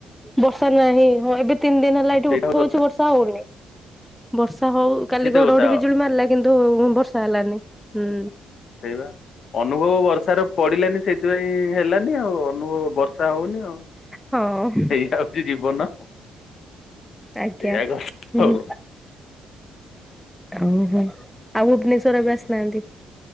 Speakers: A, in the centre; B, on the left.
A: ବର୍ଷା ନାହିଁ ହଁ ଏବେ ତିନି ଦିନ ହେଲା ଏଠି
B: ସେଇଟା
A: ଉଠଉଛି
B: କଥା
A: ବର୍ଷା ହଉନି ବର୍ଷା ହଉ କାଲି
B: ସେଇତ
A: ଘଡଘଡି
B: କଥା
A: ବିଜୁଳି ମାରିଲା। କିନ୍ତୁ ବର୍ଷା ହେଲାନି ହୁଁ।
B: ସେଇବା ଅନୁଭବ ବର୍ଷାରେ ପଡିଲାନି ସେଥିପାଇଁ ହେଲାନି ଆଉ ଅନୁଭବ ବର୍ଷା ହଉନି ଆଉ
A: ହଁ
B: ଏଇ ହଉଛି ଜୀବନ
A: ଆଜ୍ଞା
B: ଏଇଆ କଥା
A: ହୁଁ।
B: ହଉ
A: ଓହୋ ଆଉ ଭୁବନେଶ୍ଵର ବି ଆସିନାହାନ୍ତି?